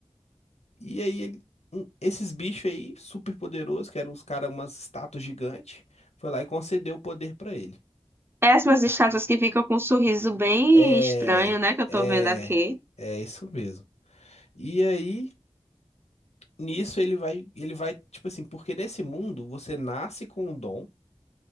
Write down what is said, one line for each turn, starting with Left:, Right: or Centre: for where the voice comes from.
Left: E aí, ele, um- esses bichos aí, super poderosos, que eram os caras, umas estátuas gigantes, foi lá e concedeu o poder pra ele.
Right: Péssimas estátuas que ficam com um sorriso bem
Left: É,
Right: estranho, né? Que eu
Left: é,
Right: tô vendo aqui.
Left: é isso mesmo. E aí, nisso ele vai, ele vai, tipo assim, porque nesse mundo você nasce com um dom,